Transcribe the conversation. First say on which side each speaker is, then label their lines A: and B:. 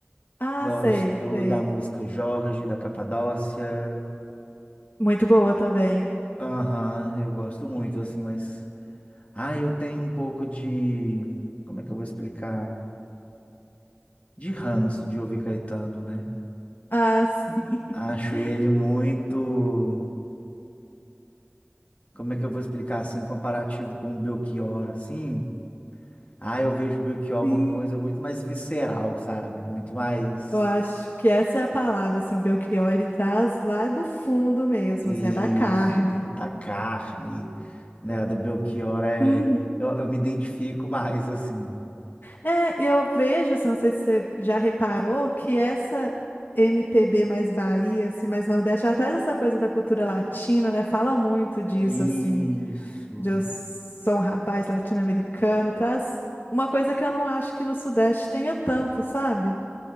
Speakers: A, on the left; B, on the left.
A: Ah,
B: gosto
A: sei, sei.
B: da música Jorge, da Capadócia.
A: Muito boa também.
B: Aham, eu gosto muito, assim, mas. Ah, eu tenho um pouco de. Como é que eu vou explicar? De ranço de ouvir Caetano, né?
A: Ah, sim.
B: Acho
A: <laughs>
B: ele muito. Como é que eu vou explicar assim, comparativo com o Belchior, assim? Ah, eu vejo o Belchior
A: Sim,
B: uma coisa muito mais visceral, sabe? Muito mais.
A: eu acho que essa é a palavra, assim, o Belchior, ele traz lá do fundo mesmo,
B: Isso,
A: assim, é da carne.
B: da carne, né? A do Belchior é.
A: Uhum.
B: Eu, eu me identifico mais, assim.
A: É, e eu vejo, assim, não sei se você já reparou, que essa MPB mais Bahia, assim, mais Nordeste, ela traz essa coisa da cultura latina, né? Fala muito disso,
B: Isso.
A: assim, de Eu sou um rapaz latino-americano, traz uma coisa que eu não acho que no Sudeste tenha tanto, sabe?